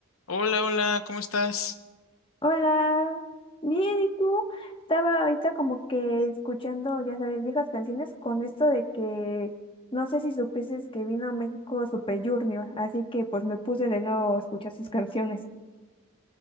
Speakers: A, on the left (about 75°); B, on the left (about 25°).
A: Hola, hola, ¿cómo estás?
B: Hola, bien, ¿y tú? Estaba ahorita como que escuchando, ya sabes, viejas canciones con esto de que no sé si supiste que vino a México Super Junior, así que pues me puse de nuevo a escuchar sus canciones.